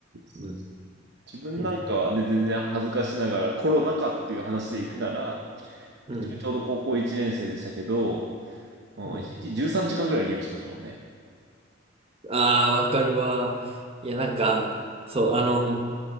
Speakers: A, on the right (about 60°); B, on the right (about 30°).
A: そう
B: うん。
A: 自分なんかはね、
B: うん。
A: 全然恥ずかしながらコロナ禍っていう話で行くなら、
B: うん。
A: 自分ちょうど高校1年生でしたけど、もう1日13時間ぐらいゲームしましたもんね。
B: うんああ、わかるわ。いや、なんか、そう、あの、